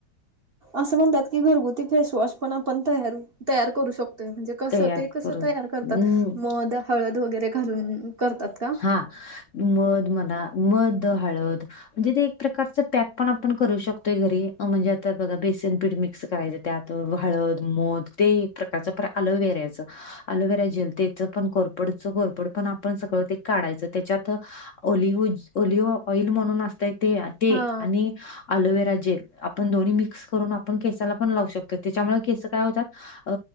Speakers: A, on the right; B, on the left.
A: असं म्हणतात की, घरगुती फेसवॉश पण आपण तयारु - तयार करू शकतो. म्हणजे कसं,
B: तयार
A: ते कसं,
B: करून
A: तयार करतात? मध, हळद वगैरे घालून करतात का?
B: हा. मध मन्हा, मध, हळद म्हणजे ते एक प्रकारच, पॅक पण आपण करू शकतोय, घरी. म्हणजे आता बघा, बेसनपीठ मिक्स करायचं त्यात. हळद, मध ते एक प्रका एलोवेराच. एलोवेरा जेल तेच पण कोरफडचं. कोरफड पण आपण सगळं ते काढायचं त्याच्यात ओलिव्हीज- ओलिवो ऑइल म्हणून असतय, ते. ते
A: हा
B: आणि अलोवेरा जेल. आपण दोन्ही मिक्स करून, आपण केसाला पण लावू शकतो. त्याच्यामुळ केस काय होतात अ